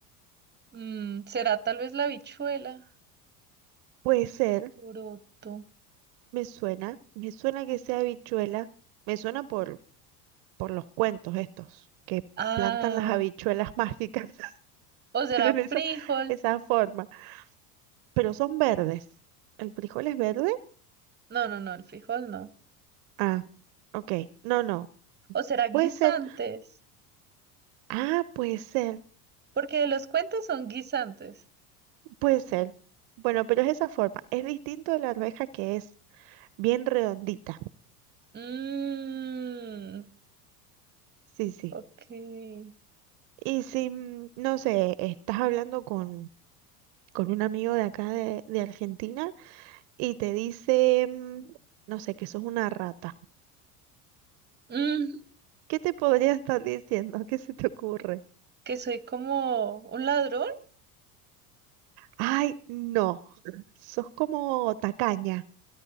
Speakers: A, on the right (about 20°); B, on the right (about 60°).
A: Mm, será tal vez la habichuela.
B: Puede ser,
A: Poroto.
B: me suena, me suena que sea habichuela, me suena por, por los cuentos estos, que
A: Ah,
B: plantan las habichuelas mágicas, <laughs>
A: o será
B: tienen
A: frijol.
B: esa, esa forma, pero son verdes. El frijol es verde
A: No, no, no, el frijol no.
B: Ah, ok. No, no.
A: O será guisantes.
B: Puede ser. Ah, puede ser.
A: Porque los cuentos son guisantes.
B: Puede ser. Bueno, pero es esa forma. Es distinto de la arveja que es bien redondita.
A: Mmm,
B: Sí, sí.
A: ok.
B: Y si, mm, no sé, estás hablando con, con un amigo de acá de, de Argentina y te dice, mm, no sé, que sos una rata.
A: Mmm,
B: ¿Qué te podría estar diciendo? ¿Qué se te ocurre?
A: que soy como un ladrón.
B: Ay, no. Sos como tacaña,